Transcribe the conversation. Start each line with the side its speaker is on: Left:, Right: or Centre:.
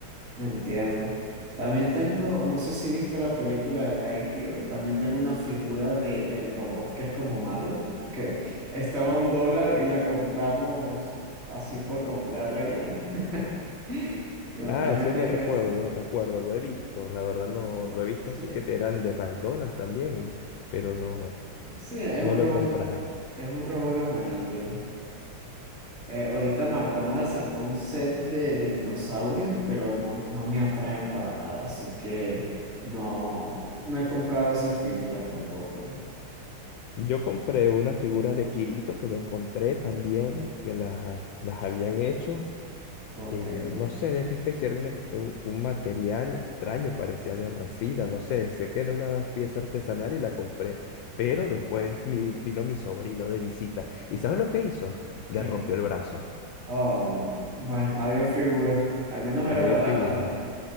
Right: Entiendo. También tengo, no sé si viste la película de Lightyear, también tengo una figura de, del robot que es como malo, que estaba a un dólar y la compramos así por comprarla y ya. <laughs> Y bueno,
Left: Ah,
Right: también
Left: ese
Right: tengo
Left: me recuerdo,
Right: eso.
Left: recuerdo, lo he visto, la verdad no lo he visto
Right: Sí,
Left: así que te eran de McDonald's también, pero no
Right: sí, es
Left: no
Right: un
Left: lo
Right: robot,
Left: he comprado.
Right: es un robot amarillo. Eh, ahorita McDonald's sacó un set de, de dinosaurios, pero no, no me atraen para nada, así que no, no he comprado esas figuras tampoco.
Left: Yo compré una figura de Kirito que me encontré también que las las habían hecho
Right: Ok.
Left: eh, no sé de qué especie era un, es- un- un material extraño, parecía de resina, no sé, sé que era una pieza artesanal y la compré, pero después mi- vino mi sobrino de visita y ¿sabes lo que hizo? Le
Right: ¿Qué?
Left: rompió el brazo.
Right: Oh, no. Bueno, adiós figura. Al menos era
Left: Adiós
Right: barata,
Left: figura.
Right: ¿no?